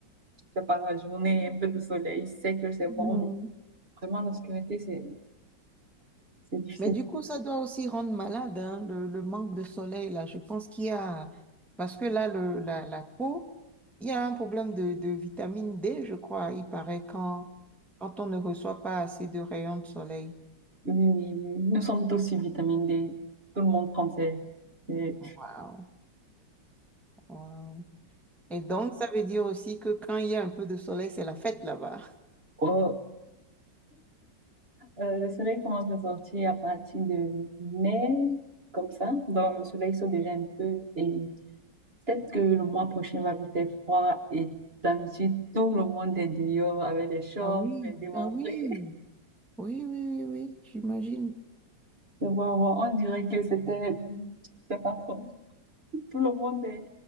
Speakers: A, on the right; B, in the centre.
A: je sais pas, la journée, un peu de soleil, c'est que c'est
B: Mhm.
A: bon, mais vraiment l'obscurité, c'est, c'est difficile.
B: Mais du coup, ça doit aussi rendre malade, hein, le, le manque de soleil, là. Je pense qu'il y a... Parce que là, le, la, la peau, il y a un problème de, de vitamine D, je crois. Il paraît quand, quand on ne reçoit pas assez de rayons de soleil.
A: Oui, oui, oui. oui. Nous sommes tous sur vitamine D. Tout le monde prend ses... ses-
B: Waouh, waouh. Et donc, ça veut dire aussi que quand il y a un peu de soleil, c'est la fête là-bas.
A: Oh, euh, le soleil commence à sortir à partir de mai, comme ça. Donc, le soleil sort déjà un peu. Et peut-être que le mois prochain va vous faire froid. Et d'habitude, tout le monde est dehors avec les shorts,
B: Ah oui,
A: les démantelés.
B: ah oui, oui, oui, oui, oui, j'imagine.
A: Et voilà, voilà. On dirait que c'était... C'est pas trop. Tout le monde est...